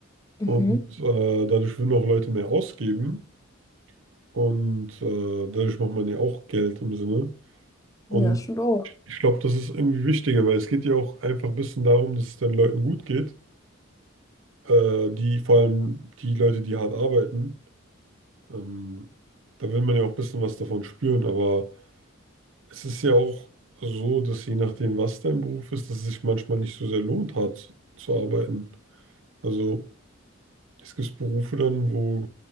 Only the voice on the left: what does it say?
Mhm.
Ja, stimmt auch.